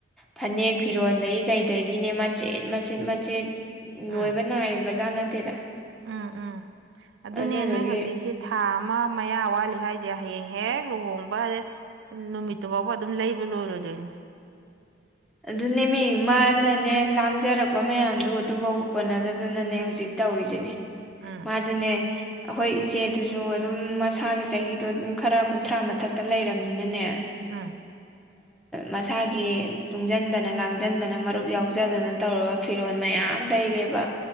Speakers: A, in the centre; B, on the right.
A: ꯐꯅꯦꯛ ꯐꯤꯔꯣꯟꯜꯗꯒꯤ ꯀꯩꯗꯒꯤꯅꯦ ꯃꯆꯦꯠ ꯃꯆꯦꯠ ꯃꯆꯦꯠ
B: ꯎꯝ
A: ꯂꯣꯏꯕ ꯅꯥꯏꯌꯦꯕ ꯕꯖꯥꯔꯠ ꯅꯠꯇꯦꯗ
B: ꯎꯝ ꯎꯝ ꯑꯗꯨꯅꯦ
A: ꯑꯗꯨꯗꯨꯒꯤ
B: ꯅꯣꯏ ꯍꯧꯖꯤꯛꯁꯦ ꯊꯥ ꯑꯃ ꯃꯌꯥ ꯋꯥ ꯂꯤ ꯍꯥꯏꯁꯦ ꯍꯌꯦꯡ ꯍꯦꯛ ꯂꯨꯍꯣꯡꯕ ꯅꯨꯃꯤꯠꯇꯨ ꯐꯥꯎꯕ ꯑꯗꯨꯝ ꯂꯩꯕ ꯂꯣꯏꯔꯣꯏꯗꯣꯏꯅꯦ <inaudible>
A: ꯑꯗꯨꯅꯦ ꯃꯤ ꯃꯥꯅꯅꯦ ꯂꯥꯡꯖꯔꯛꯄ ꯃꯌꯥꯝꯗꯣ ꯑꯗꯨꯐꯧ ꯀꯣꯟꯅꯗꯗꯅꯅꯦ ꯍꯧꯖꯤꯛ ꯇꯧ ꯔꯤꯖꯤꯅꯤ
B: ꯎꯝ
A: ꯃꯥꯖꯨꯅꯦ ꯑꯩꯈꯣꯏ ꯏꯆꯦꯗꯨꯁꯨ ꯑꯗꯨꯝ ꯃꯁꯥꯒꯤ ꯆꯍꯤꯗꯣ ꯑꯗꯨꯝ ꯈꯔ ꯀꯨꯟꯊ꯭ꯔꯥ ꯃꯊꯛꯇ ꯂꯩꯔꯕꯝꯅꯤꯅꯅꯦ
B: ꯎꯝ
A: ꯃꯁꯥꯒꯤ ꯇꯨꯡꯁꯤꯟꯗꯅ ꯂꯥꯡꯁꯤꯟꯗꯅ ꯃꯔꯨꯞ ꯌꯥꯎꯖꯗꯅ ꯇꯧꯒ ꯐꯤꯔꯣꯜ ꯃꯌꯥꯝ ꯂꯩꯔꯦꯕ